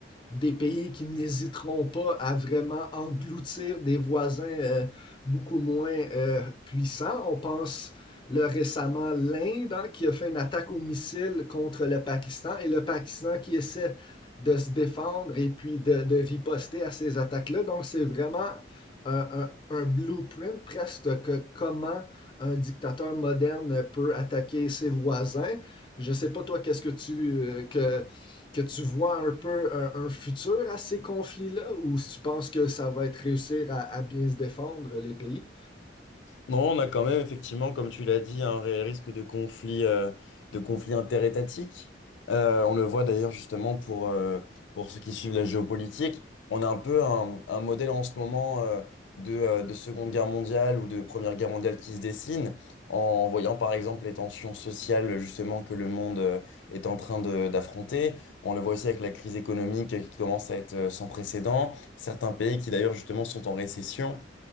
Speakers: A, on the left; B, on the left.
A: des pays qui n'hésiteront pas à vraiment engloutir des voisins euh, beaucoup moins euh, puissants. On pense le récemment l'Inde hein, qui a fait une attaque au missile contre le Pakistan et le Pakistan qui essaie de se défendre et puis de, de riposter à ces attaques-là. Donc c'est vraiment euh, un, un, blueprint presque que comment un dictateur moderne peut attaquer ses voisins. Je ne sais pas toi, qu'est-ce que tu euh, que que tu vois un peu un, un futur à ces conflits-là, ou si tu penses que ça va être réussir à, à bien se défendre, les pays?
B: Non, on a quand même effectivement, comme tu l'as dit, un réel risque de conflit, euh, de conflit interétatique. Euh, on le voit d'ailleurs justement pour, euh, pour ceux qui suivent la géopolitique. On a un peu un, un modèle en ce moment euh, de, euh, de Seconde Guerre mondiale ou de Première Guerre mondiale qui se dessine en voyant par exemple les tensions sociales justement que le monde euh, est en train de- d'affronter. On le voit aussi avec la crise économique qui commence à être euh, sans précédent. Certains pays qui d'ailleurs justement sont en récession.